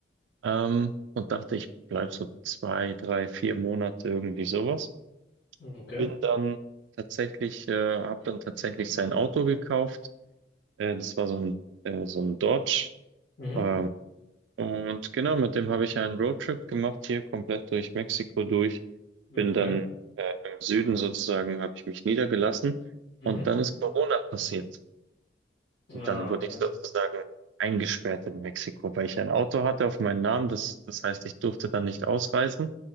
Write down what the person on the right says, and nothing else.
Ähm, und dachte, ich bleibe so zwei, drei, vier Monate irgendwie sowas.
Bin dann tatsächlich, äh, habe dann tatsächlich sein Auto gekauft. Äh, das war so ein, äh, so ein Dodge.
Ähm, und genau, mit dem habe ich einen Roadtrip gemacht, hier komplett durch Mexiko durch.
Bin dann äh, im Süden sozusagen, habe ich mich niedergelassen. Und
dann ist Corona passiert. Und
dann wurde ich
sozusagen eingesperrt in Mexiko, weil ich ein Auto hatte auf meinen Namen. Das, das heißt, ich durfte dann nicht ausreisen.